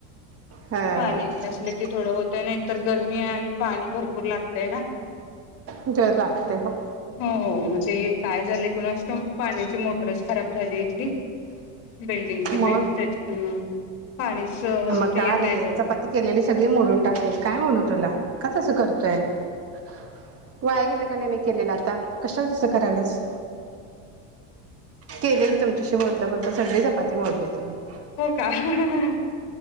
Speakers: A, on the right (about 35°); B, on the left (about 60°).
A: हा
B: पाणी
A: तसंच
B: नसल की थोड होत त्यांनी एकतर गरमी आहे आणि पाणी भर पूर लागतय ना
A: जर लागतय हो
B: हो हो मग ते काय झालय कुणास ठाऊक पाण्याची मोटारच खराब झाले इथली बिल्डिंगची <unintelligible>
A: मग
B: त्याच्यामुळं पाणीस
A: मग
B: तू
A: का
B: येतय
A: रे
B: थोड
A: चपाती केलेली सगळी मोडून टाकली काय म्हणू तुला का तस करतोय <inaudible> वाया गेल का नाय मी केलेल आता कशाला तस करायलास केलेली तुमच्याशी बोलता बोलता सगळी चपाती मोडली त्यांनी
B: हो का <unintelligible>